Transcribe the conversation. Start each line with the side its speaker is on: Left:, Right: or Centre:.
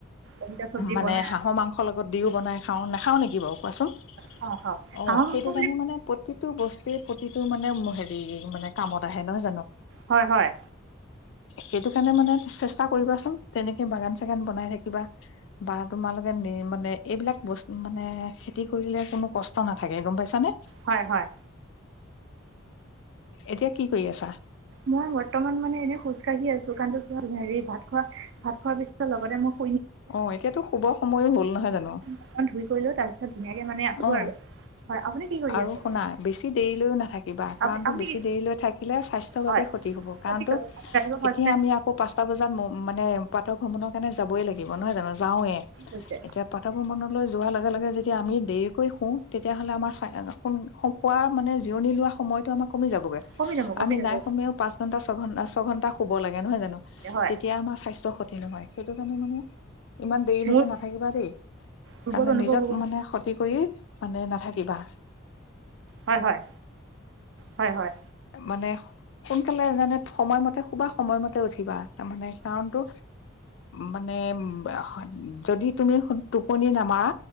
Right: অমিতা চব্জি
Left: মানে
Right: বনাই
Left: হাঁহৰ মাংসৰ লগত দিও বনাই খাওঁ নাখাওঁ নেকি বাৰু কোৱাচোন? অ
Right: খাওঁ খাওঁ হাঁহৰ
Left: সেইটো
Right: মাংস
Left: কাৰণে মানে প্ৰতিটো বস্তুৱে প্ৰতিতো। তটো মানে হেৰি মানে কামত আহে নহয় জানো?
Right: হয় হয়
Left: সেইটো সেইকাৰণে মানে চেষ্টা কৰিবাচোন, তেনেকে বাগান চাগান বনাই থাকিবা বা তোমালোকে নি মানে এইবিলাক বস্তু মানে খেতি কৰিলে কোনো কষ্ট নাথাকে গম পাইছানে?
Right: হয় হয়।
Left: এতিয়া কি কৰি আছা।
Right: মই বৰ্তমান মানে এনেই খোজ কাঢ়ি আছো। কাৰণ তো কি হ'ল হেৰি ভাত খোৱা ভাত খোৱাৰ পিছত লগতে মোক।
Left: অ এতিয়াতো শুভ সময়ো হ'ল নহয় জানো
Right: অকণমান ধুই কৰি লৈ তাৰপিছত ধুনীয়াকৈ মানে আছোঁ
Left: অ
Right: আৰু হয় আপুনি কি কৰি
Left: আৰু
Right: আছে
Left: শুনা বেছি দেৰিলৈও নাথাকিবা কাৰণো
Right: আপুনি আপুনি
Left: বেছি
Right: কি
Left: দেৰিলৈ থাকিলে স্বাস্থ্য স ভাৱে
Right: হয়
Left: ক্ষতি হব কাৰণো
Right: ঠিক ৰাতিপুৱা ফাৰ্ষ্ট
Left: এতিয়া
Right: টাইম
Left: আমি আকৌ পাঁচটা বজাত মানে পাঠক ভ্ৰমণৰ কাৰণে যাবই লাগিব। দিব নহয় জানো যাওঁৱে
Right: হৈছে
Left: এতিয়া পথাবোৰ মনলৈ যোৱাৰ লগে লগে য আমি দেৰিকৈ শুওঁ তেতিয়াহ'লে আমাৰ খোৱা মানে জিৰণি লোৱা সময়তটো আমাক কমি যাবগৈ
Right: কমি যাব কমি
Left: আমি
Right: যাব
Left: নাই কমেও পাঁচ ঘন্টা ছঘন্টা ছয়ঘন্টা শুব লাগে নহয় জানো
Right: হয়
Left: তেতিয়া আমাৰ স্বাস্থ্যৰ ক্ষতি নহয় সেইটো কাৰণে মানে ইমান দেৰিলৈকে
Right: মোৰ
Left: নাথাকিবা দেই
Right: দুৰ্বল
Left: কাৰণে
Right: অনুভৱ
Left: নিজক
Right: হ'ব
Left: মানে ক্ষতি কৰি মানে নাথাক কিবা
Right: হয় হয় হয় হয়
Left: মানে সোনকালে জানে সময়মতে শুবা সময়মতে উঠিবা। মানে কাৰণতটো মানে উ যদি তুমি টোপনি নামাৰা